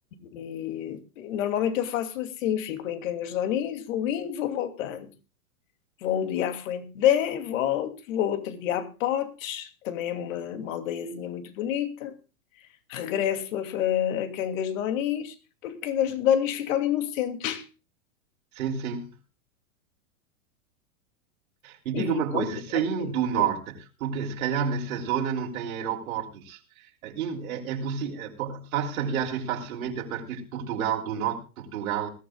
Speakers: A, on the left (about 60°); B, on the right (about 70°).
A: E normalmente eu faço assim, fico em Cangas de Onis, vou indo, vou voltando. Vou um dia à Fuente volto, vou outro dia a Potes, também é uma, uma aldeiazinha muito bonita, regresso a, a Cangas de Onis, porque Cangas de Onis fica ali no centro.
B: sim, sim. E diga
A: E
B: uma
A: pronto,
B: coisa, saindo do norte,
A: sim,
B: porque se calhar nessa zona não tem aeroportos, eh, in é é possi eh, po faço a viagem facilmente a partir de Portugal, do norte de Portugal,